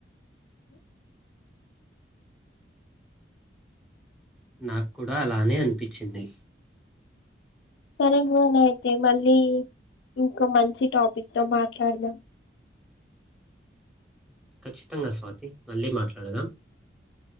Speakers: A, in the centre; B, on the left (about 70°).
A: నాకు కూడా అలానే అనిపించింది
B: సరే మూన్ అయితే మళ్ళీ ఇంకో మంచి టాపిక్ తో మాట్లాడుదాం
A: ఖచ్చితంగా స్వాతి మళ్ళీ మాట్లాడదాం